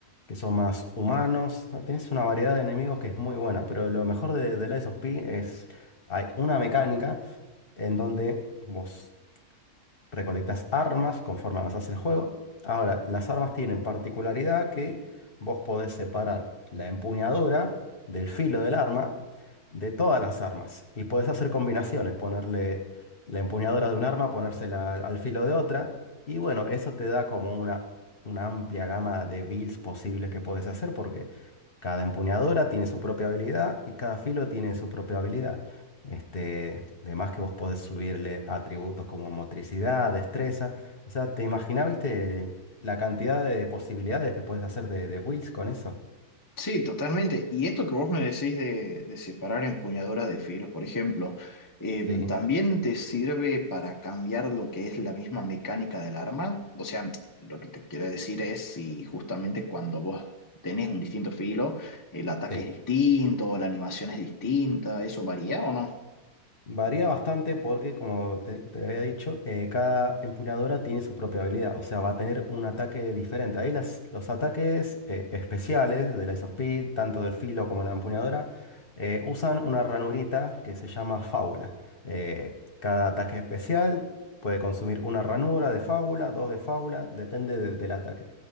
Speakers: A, on the left; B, on the left.
A: que son más humanos, o sea, tenés una variedad de enemigos que es muy buena, pero lo mejor de, de Lies of P es, hay una mecánica en donde vos recolectas armas conforme avanzas el juego. Ahora, las armas tienen particularidad que vos podés separar la empuñadura del filo del arma de todas las armas y podés hacer combinaciones, ponerle la empuñadura de un arma, ponérsela al al filo de otra y bueno, eso te da como una, una amplia gama de builds posibles que podés hacer porque cada empuñadura tiene su propia habilidad y cada filo tiene su propia habilidad. Este, demás que vos podés subirle atributos como motricidad, destreza. O sea, ¿te imaginás, viste, la cantidad de posibilidades que podés hacer de, de builds con eso?
B: Sí, totalmente. Y esto que vos me decís de, de separar empuñadura de filos, por ejemplo, em,
A: Sí,
B: ¿también te sirve para cambiar lo que es la misma mecánica del arma? O sea, lo que te quiero decir es si justamente cuando vos tenés un distinto filo, el ataque
A: sí.
B: es distinto, la animación es distinta, ¿eso varía o no?
A: Varía bastante porque, como te, te había dicho, eh, cada empuñadora tiene su propia habilidad, o sea, va a tener un ataque diferente. Ahí las, los ataques eh, especiales de la Isospeed, tanto del filo como la empuñadora, eh, usan una ranurita que se llama fábula. Eh, cada ataque especial puede consumir una ranura de fábula, dos de fábula, depende de- del ataque.